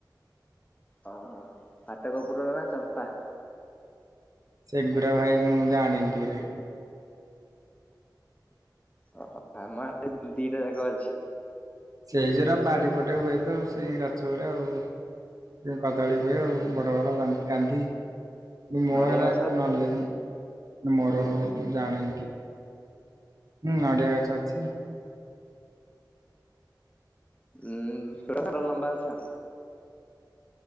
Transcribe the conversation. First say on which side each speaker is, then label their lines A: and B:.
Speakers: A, on the left; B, on the right.
A: ଓହୋ ପାଟକପୁର ନା ଚମ୍ପା?
B: ସେଗୁଡ଼ା ଭାଇ ମୁଁ ଜାଣିନି ଠିକରେ।
A: ଓହୋ ଆମ ଆଡେ ଦିଟା ଯାକ ଅଛି।
B: ସେଇ ଯୋଉଗୁରା ବାଡି ପଟେ ହୁଏ ତ ସେଇ ଗଛ ଗୁରା ଆଉ। ସେଇ କଦଳୀ ହୁଏ ଆଉ ବଡ ବଡ କାନ କାନ୍ଧି। କିନ୍ତୁ ମୋର
A: ନଡିଆ
B: ସେରା
A: ଗଛ
B: କୁ ନଲେଜ୍ ମୋର ହଉନ ଜାଣିନ ଠିକ୍ ହୁଁ ନଡ଼ିଆ ଗଛ ଅଛି।
A: ହୁଁ ଛୋଟ ଛୋଟ ଲମ୍ବା ଗଛ।